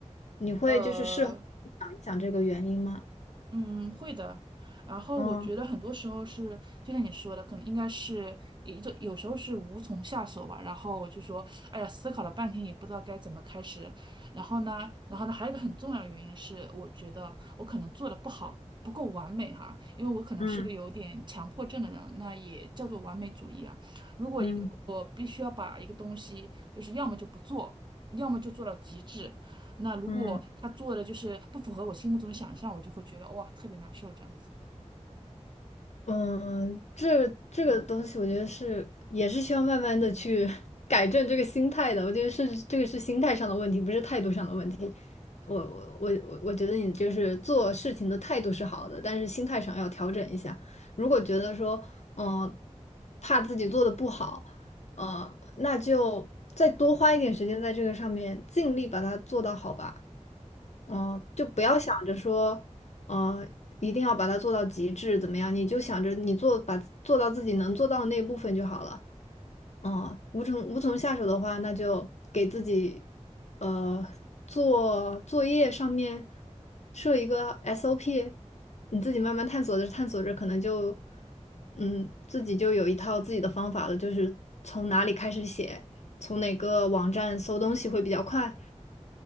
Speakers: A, on the left; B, on the right.
A: 你会就是事后想一想这个原因吗？
B: 呃，嗯，会的。然后我觉得很多时候是，
A: 嗯
B: 就像你说的，可能应该是一就有时候是无从下手吧。然后我就说，哎呀，思考了半天也不知道该怎么开始。然后呢，然后呢，还有一个很重要的原因是，我觉得我可能做的不好，不够完美哈，因为我可能是个有点强迫症的人，
A: 嗯
B: 那也叫做完美主义啊。如果一个我必须要把一个东西，
A: 嗯
B: 就是要么就不做，要么就做到极致。那如果他做的就是不符合我心目中的想象，
A: 嗯。
B: 我就会觉得哇特别难受这样。
A: 嗯，这个这个东西，我觉得是也是需要慢慢的去 <laughs> 改正这个心态的。我觉得是这个是心态上的问题，不是态度上的问题。我我我我我觉得你就是做事情的态度是好的，但是心态上要调整一下。如果觉得说，嗯，怕自己做的不好，呃，那就再多花一点时间在这个上面，尽力把它做到好吧。嗯，就不要想着说，嗯，一定要把它做到极致，怎么样？你就想着你做，把做到自己能做到的那一部分就好了。嗯，无从无从下手的话，那就给自己，呃，做作业上面设一个 SOP，你自己慢慢探索着探索着，可能就，嗯，自己就有一套自己的方法了，就是从哪里开始写，从哪个网站搜东西会比较快。